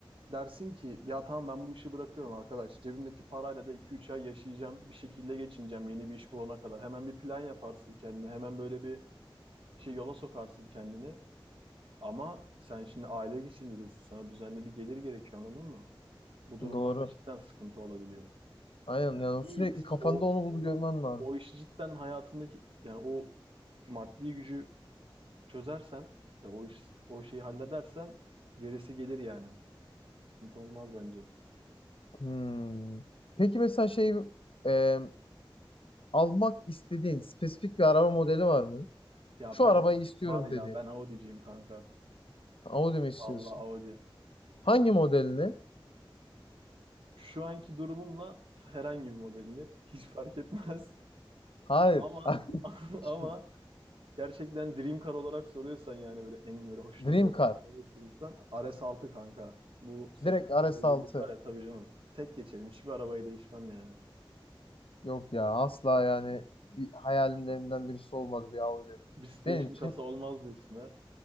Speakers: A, on the right (about 75°); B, on the left (about 80°).
A: Dersin ki ya tamam ben bu işi bırakıyorum arkadaş. Cebimdeki parayla da iki üç ay yaşayacağım. Bir şekilde geçineceğim yeni bir iş bulana kadar. Hemen bir plan yaparsın kendine. Hemen böyle bir şey yola sokarsın kendini. Ama sen şimdi aile geçindiriyorsun. Sana düzenli bir gelir gerekiyor anladın mı? Bu durumlarda
B: Doğru.
A: cidden sıkıntı olabiliyor.
B: Aynen
A: Ya
B: yani
A: dediğim
B: sürekli
A: gibi işte
B: kafanda
A: o
B: onu bulup görmen lazım.
A: o işi cidden hayatındaki yani o maddi gücü çözersen ya o iş o şeyi halledersen gerisi gelir yani. Sıkıntı olmaz bence.
B: Hmm. Peki mesela şey e, almak istediğin spesifik bir araba modeli var mı?
A: Ya
B: Şu
A: ben
B: arabayı istiyorum
A: var ya
B: dediğin.
A: ben Audi'ciyim kanka.
B: Audi mi istiyorsun?
A: Vallahi Audi.
B: Hangi modelini?
A: Şu anki durumumla herhangi bir modelini hiç fark etmez.
B: Hayır.
A: Ama
B: <laughs>
A: <laughs> ama Gerçekten dream car olarak soruyorsan yani böyle en böyle hoşuna
B: Dream
A: giden
B: Car.
A: araba istiyorsan rs altı kanka. Bu sekiz
B: Direkt RS6.
A: beygirlik var ya tabii canım. Tek geçerim. Hiçbir arabayı değişmem yani.
B: Yok ya asla yani bir hayallerimden birisi olmadı bir Audi.
A: Bir station
B: Benim için
A: kasa olmaz diyorsun ha.